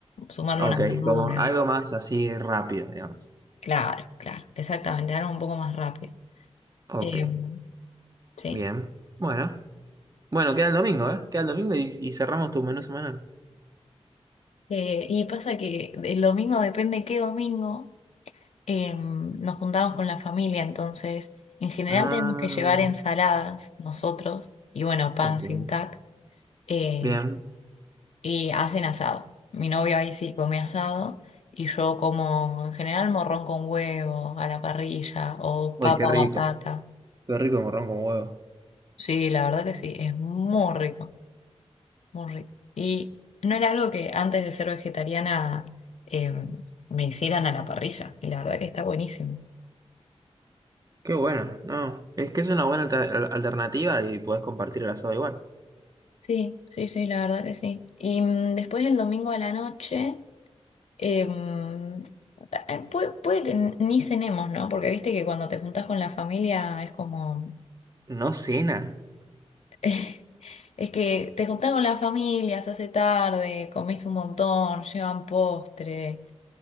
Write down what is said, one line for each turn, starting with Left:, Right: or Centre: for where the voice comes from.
Left: sumarle
Right: Ok,
Left: unas verduras.
Right: como algo más así rápido, digamos.
Left: Claro, claro, exactamente, algo un poco más rápido.
Right: Ok,
Left: Eh, sí.
Right: bien. Bueno, bueno, queda el domingo, ¿eh? Queda el domingo y, y cerramos tu menú semanal.
Left: Eh, y pasa que el domingo, depende qué domingo, eh, nos juntamos con la familia, entonces, en general
Right: Ah,
Left: tenemos que llevar ensaladas nosotros, y bueno, pan
Right: ok.
Left: sin tac. eh,
Right: Bien.
Left: y hacen asado. Mi novio ahí sí come asado y yo como en general morrón con huevo a la parrilla o
Right: Uy,
Left: papa
Right: qué rico.
Left: batata.
Right: Qué rico morrón con huevo.
Left: Sí, la verdad que sí, es muy rico, muy rico. Y no era algo que antes de ser vegetariana eh, me hicieran a la parrilla y la verdad que está buenísimo.
Right: Qué bueno. No, es que es una buena alter- al- alternativa y podés compartir el asado igual.
Left: Sí, sí, sí, la verdad que sí. Y mm, después el domingo a la noche... Em, eh, puede, puede que n- ni cenemos, ¿no? Porque viste que cuando te juntás con la familia es como...
Right: No cenan.
Left: <laughs> Es que te juntás con la familia, se hace tarde, comés un montón, llevan postre